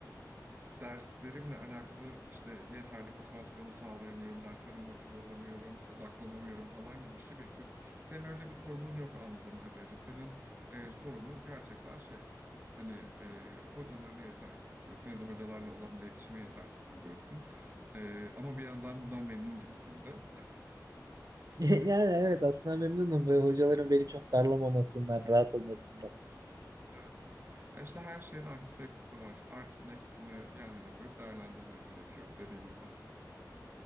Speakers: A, on the right; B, on the right.
A: derslerimle alakalı işte yeterli motivasyonu sağlayamıyorum, derslerime motive olamıyorum, odaklanamıyorum falan gibi bir şey bekliyordum. Senin öyle bir sorunun yok anladığım kadarıyla. Senin e, sorunun gerçekten şey. Hani e, hocalarını yetersiz buluyorsun ya da hocalarla olan iletişimi yetersiz buluyorsun. E, ama bir yandan bundan memnun gibisin de. <laughs>
B: <laughs> Yani evet aslında memnunum ve hocaların beni çok darlamamasından, rahat olmasından.
A: Evet. Ya işte her şeyin artısı eksisi var. Artısını eksisini yan yana koyup değerlendirmen gerekiyor dediğim gibi.